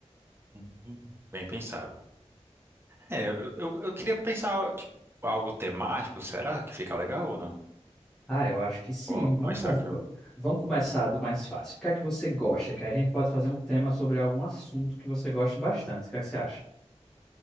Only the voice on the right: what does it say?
Uhum. Bem pensado. É, eu, eu, eu queria pensar, tipo, algo temático, será que fica legal ou não?
Ou algo
mais
tranquilo?